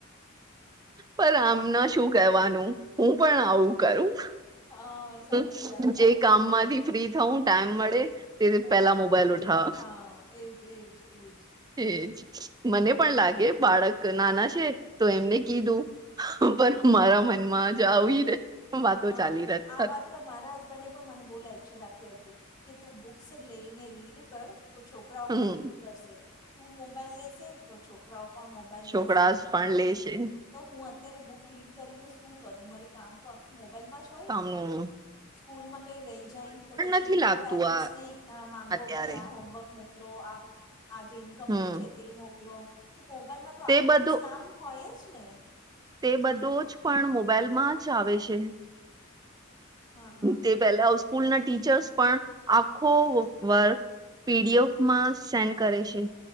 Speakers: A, on the right; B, on the left.
A: પણ અમના શું કરવાનું હું પણ આવું કરું.
B: હા સાચી
A: જે
B: વાત સાચી
A: કામમાંથી
B: વાત.
A: ફ્રી થવું ટાઈમ મળે
B: તે મોબાઈલ
A: પેલા ઉઠાવ
B: હા એજ એજ એજ.
A: એજ મને પણ લાગે બાળક નાના છે તો એમને કય દવ પણ
B: હા
A: મારા મનમાં જ આવી વાતો
B: હા
A: ચાલી ર
B: આ વાત પર મારા હસબન્ડે પણ મને બો લેક્ચર આપ્યું હતું કે તું બુક્સ લઈને રીડ કર. તો છોકરાઓ
A: હમ
B: પણ રીડ કરશે, તું મોબાઈલ લેશે તો છોકરાઓ પણ મોબાઈલ
A: છોકરાસ
B: લેશે.
A: પણ લે છે.
B: તો હું અત્યારે બુક રીડ કરીને શું કરું મારે કામ તો આખું મોબાઈલમાં જ હોય
A: કામનુ
B: ને સ્કૂલમાં કઈ રહી જાય તો પછી
A: નથી
B: બીજા
A: લાગતું
B: પેરેન્ટ્સ
A: આ
B: ને અ માંગો
A: અત્યારે
B: ભાઈ આ હોમવર્ક મોક મોકલો આ જે ઇનકમ્પ્લીટ
A: હમ
B: છે તે મોકલો તો મોબાઈલમાં તો આખો
A: તે બધું
B: દિવસ કામ હોય જ ને.
A: તે બધું જ પણ મોબાઈલમાં જ આવે છે.
B: હા હા.
A: તે પેલા અ સ્કૂલના ટીચર્સ પણ આખો વર્ક પીડીએફમાં સેન્ડ કરે છે.